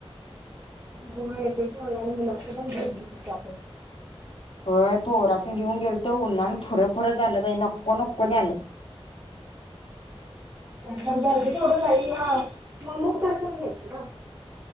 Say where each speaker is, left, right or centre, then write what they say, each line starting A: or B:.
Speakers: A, on the right; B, on the left.
A: होय तेच म्हणलं मी मुलासनी पण घेवून गेलतिस त्यातच
B: होय पोरासनी घेऊन गेलतो उन्हान फुर फुर झालं बाई नको नको झालं.
A: त्या गर्दीत एवढं लाईनीला म मुक दर्शन घ्यायचं ना.